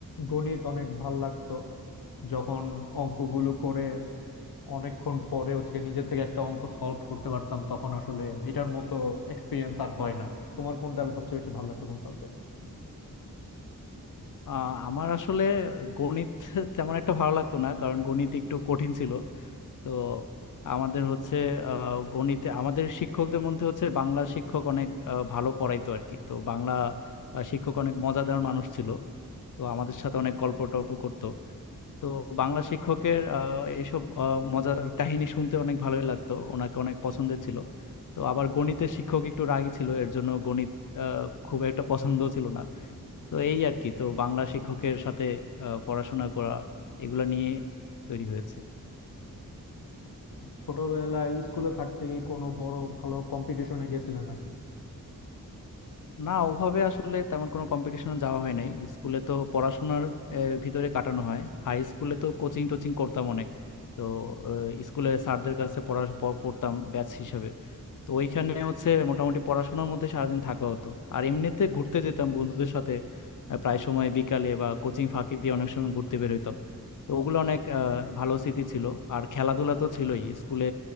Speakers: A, on the left; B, on the left.
A: গণিত অনেক ভাল লাগতো যখন অঙ্কগুলো করে অনেকক্ষণ পরে হচ্ছে গিয়ে নিজে থেকে একটা অঙ্ক সলভ করতে পারতাম তখন আসলে এটার মতো এক্সপিরিয়েন্স আর হয় না তোমার কোনটা সবচেয়ে বেশি ভালো লাগতো কোন সাবজেক্ট
B: আহ, আমার আসলে গণিত তেমন একটা ভালো লাগতো না কারণ গণিত একটু কঠিন ছিল তো আমাদের হচ্ছে আহ, গণিতে আমাদের শিক্ষকদের মধ্যে হচ্ছে বাংলা শিক্ষক অনেক আহ, ভালো পড়াইতো আর কি তো বাংলা আহ, শিক্ষক অনেক মজাদার মানুষ ছিল তো আমাদের সাথে অনেক গল্প টল্প করতো তো বাংলা শিক্ষকের আহ, এইসব আহ, মজার কাহিনী শুনতে অনেক ভালোই লাগতো ওনাকে অনেক পছন্দের ছিল তো আবার গণিতের শিক্ষক একটু রাগী ছিল এর জন্য গণিত আহ, খুব একটা পছন্দ ছিল না তো এই আর কি তো বাংলা শিক্ষকের সাথে আহ, পড়াশোনা করা এগুলা নিয়ে তৈরি হয়েছে
A: ছোটবেলায় স্কুলে থাকতে কি কোনো বড় ভালো কম্পিটিশনে গেছিলে নাকি
B: না ওভাবে আসলে তেমন কোনো কম্পিটিশনে যাওয়া হয় নাই স্কুলে তো পড়াশোনার আহ, ভিতরে কাটানো হয় হাই স্কুলে তো কোচিং টোচিং করতাম অনেক তো স্কুলের স্যারদের কাছে পড়া প- পড়তাম ব্যাচ হিসাবে তো ওইখানে হচ্ছে মোটামুটি পড়াশোনার মধ্যে সারাদিন থাকা হতো আর এমনিতে ঘুরতে যেতাম বন্ধুদের সাথে আহ, প্রায় সময় বিকালে বা কোচিং ফাঁকি দিয়ে অনেক সময় ঘুরতে বের হইতাম তো ওগুলো অনেক আহ, ভালো স্মৃতি ছিল আর খেলাধুলা তো ছিলই স্কুলে